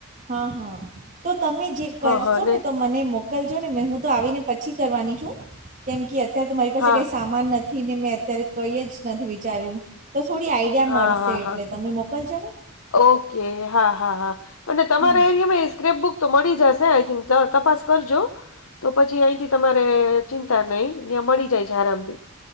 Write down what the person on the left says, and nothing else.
હા
હા
હા
હા
હા
હા.
ઓકે હા હા હા અને તમારા
એરીયામા સ્કેપ બુક. તો મળી જશે આઈ થીંક તપાસ કરજો તો પછી અહીથી તમારે ચિંતા નહી ત્યાં મળી જાય છે આરામથી.